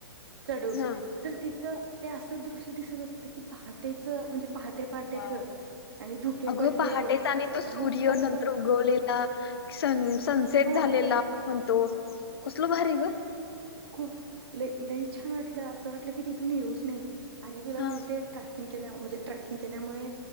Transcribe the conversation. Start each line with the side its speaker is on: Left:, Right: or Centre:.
Right: चढून
Left: हा
Right: तर तिथं ते असं दृश्य दिसत होतं की पहाटेचं म्हणजे पहाटे पहाटेच
Left: वाव!
Right: आणि धुके
Left: अगं
Right: पडलेले
Left: पहाटेचा आणि तो सूर्य
Right: त्यात
Left: नंतर
Right: पास
Left: उगवलेला, सन सनसेट
Right: हा
Left: झालेला म्हणतो कसलं भारी गं
Right: <unintelligible> लई छान वाटलं असं वाटलं की तिथून येऊच नये आणि तुला
Left: हा
Right: माहितेत का किंग केल्याम म्हणजे ट्रेकिंग केल्यामुळे